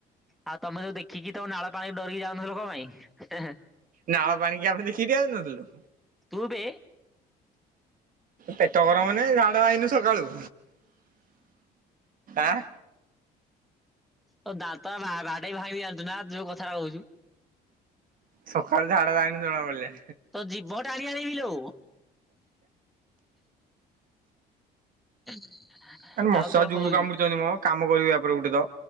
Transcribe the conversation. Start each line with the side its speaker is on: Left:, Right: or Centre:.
Centre: ଆଉ ତମେ ଯୋଉ ଦେଖିକି ତମ ନାଳ ପାଣି ଡରିକି ଯାଉନଥିଲ କଣ ପାଇଁ ହେ ହେ
Right: ନାଳ ପାଣି କି ଆମେ ଦେଖିକି ଠିଆଉନଥୁଲୁ?
Centre: ତୁବେ
Right: ପେଟ ଗରମନେ, ଝାଡ଼ା ଆଇନୁ ସକାଳୁ! ଆଁ।
Centre: ତୋ ଦାନ୍ତ ବା-ବାଡେଇକି ଭଙ୍ଗିବି ଜାଣଚୁନା, ଯୋଉ କଥାରା କହୁଚୁ?
Right: ସକାଳୁ ଝାଡା ଯାଇନୁ, ଜଣା ପଡ଼ିଲେ।
Centre: ତୋ, ଯିଭ ଟାଣି ଆଣିବି ଲୋ! <unintelligible>
Right: ଆ ମଶା
Centre: କଣ
Right: ଯୁର
Centre: କହୁଛୁ।
Right: କାମୁଡୁଚନି ମଁ? କାମ କରିବାପରେ ଗୁଟେ ତ!